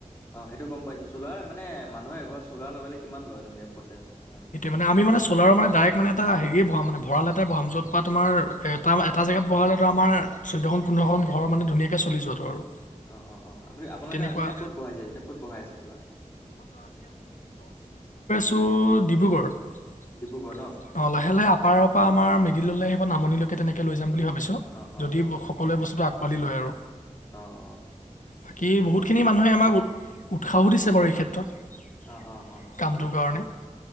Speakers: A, on the left; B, on the left.
A: অ সেইটো গম পাইছো চলাৰ মানে মানুহে ঘৰত চোাৰ লগালে কিমান লয়নো এনে পইচা চইচা আপোনালোকে
B: মান আমি মান চলৰ মানে ডাইক। মানে এটা হেৰিয় ব মান ভৰাল এটা বাম য'ত বা তোমাৰ এটা এটা জেগাত ভৰালে ত আমাৰ চৈধ্। <unintelligible> ঘৰ মানে ধুনিয়াকে চলি যোৱাটো আৰু।
A: অ', অ', আপুনি আপোনালোকে
B: তেনেকুৱা
A: আজিকালি ক'ত বহাইছে এতিয়া ক'ত বহাই আছে চলাৰ?
B: তোৰ ডিব্ৰুগড় অ,
A: ডিব্ৰুগড় ন?
B: আপাৰৰ পা আমাৰ মিদিললৈ অ, নামনিলৈকে তেনেকে লৈ যাম বুলি ভাব
A: অ', অ',
B: যদি
A: অ', অ',
B: সকলোৱে
A: ঠিক আছে।
B: বস্তুটো আঁকোৱালি লয় আৰু।
A: অ',
B: বাকী বহুতখিনি মানুহে আমাক উৎসাহো দিছে বাৰু এই ক্ষেত্ৰত।
A: অ', অ', অ', অ',
B: কামটোৰ কাৰণে।